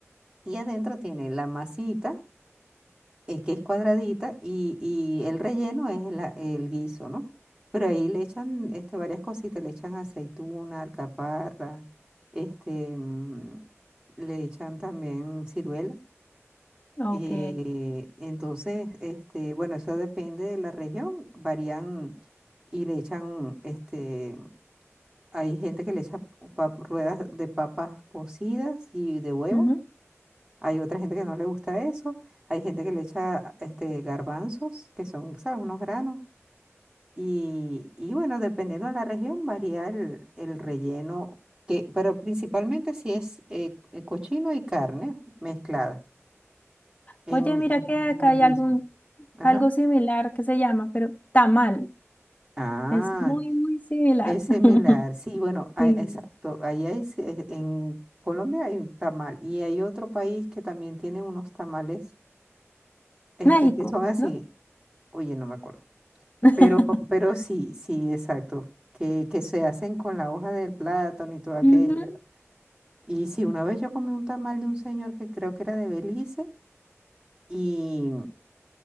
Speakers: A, on the right (about 20°); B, on the left (about 30°).
A: y adentro tiene la masita eh, que es cuadradita y, y el relleno es la- el guiso, ¿no? Pero ahí le echan este, varias cositas, le echan aceituna, alcaparra, este, mm, le echan también ciruela.
B: Ok.
A: eh, entonces, este, bueno, eso depende de la región, varían y le echan, este, hay gente que le echa pa- ruedas de papas cocidas y de huevo.
B: Ujú.
A: Hay otra gente que no le gusta eso. Hay gente que le echa este, garbanzos, que son, ¿sabes? Unos granos. Y, y bueno, dependiendo de la región, varía el, el relleno, que, pero principalmente si es eh, eh, cochino y carne mezclada en,
B: Oye, mira
A: en-
B: que acá
A: en el
B: hay
A: guiso.
B: algún,
A: Ajá.
B: algo similar que se llama, pero tamal.
A: Ah,
B: Es muy, muy similar.
A: es similar.
B: <laughs>
A: Sí, bueno, ah,
B: Sí.
A: exacto. Ahí hay, sí, eh, en Colombia hay un tamal y hay otro país que también tiene unos tamales este,
B: México,
A: que son así.
B: ¿no?
A: Oye, no me acuerdo.
B: <laughs>
A: Pero, pero sí, sí, exacto. Que, que se hacen con la hoja del plátano y todo aquello.
B: Ujú.
A: Y sí, una vez yo comí un tamal de un señor que creo que era de Belice y,